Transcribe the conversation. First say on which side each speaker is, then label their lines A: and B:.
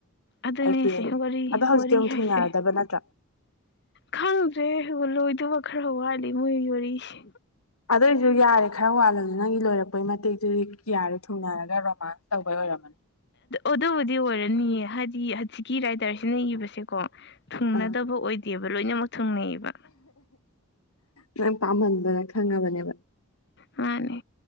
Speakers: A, on the left (about 50°); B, on the left (about 80°).
A: ꯑꯗꯨꯅꯦꯁꯦ
B: ꯑꯩ ꯄꯦꯟꯗꯦ
A: ꯋꯥꯔꯤ
B: ꯑꯗꯣ ꯍꯧꯖꯤꯛꯇꯤ
A: ꯋꯥꯔꯤ
B: ꯑꯃꯨꯛ
A: ꯍꯥꯏꯁꯦ
B: ꯊꯨꯡꯅꯔꯗꯕ ꯅꯠꯇ꯭ꯔꯥ
A: ꯈꯪꯗ꯭ꯔꯦ ꯍ ꯂꯣꯏꯗꯕ ꯈꯔ ꯋꯥꯠꯂꯤ ꯃꯣꯏꯒꯤ ꯋꯥꯔꯤꯁꯦ
B: ꯑꯗꯨꯏꯁꯨ ꯌꯥꯔꯦ ꯈꯔ ꯋꯥꯠꯂꯅꯤ ꯅꯪꯒꯤ ꯂꯣꯏꯔꯛꯄꯒꯤ ꯃꯇꯦꯛꯇꯨꯗꯤꯌꯥꯔꯦ ꯊꯨꯡꯅꯔꯒ ꯔꯣꯃꯥꯟꯁ ꯇꯧꯕꯩ ꯑꯣꯏꯔꯝꯃꯅꯤ
A: ꯑꯗꯨꯕꯨꯗꯤ ꯑꯣꯏꯔꯅꯤꯌꯦ ꯍꯥꯏꯗꯤ ꯍꯧꯖꯤꯛꯀꯤ ꯔꯥꯏꯗꯔꯁꯤꯅ ꯏꯕꯁꯦꯀꯣ ꯊꯨꯡꯅꯗꯕ
B: ꯑꯥ
A: ꯑꯣꯏꯗꯦꯕ ꯂꯣꯏꯅꯃꯛ ꯊꯨꯡꯅꯩꯑꯕ
B: ꯅꯪ ꯄꯥꯝꯍꯟꯗꯅ ꯈꯪꯉꯕꯅꯦꯕ
A: ꯃꯥꯅꯦ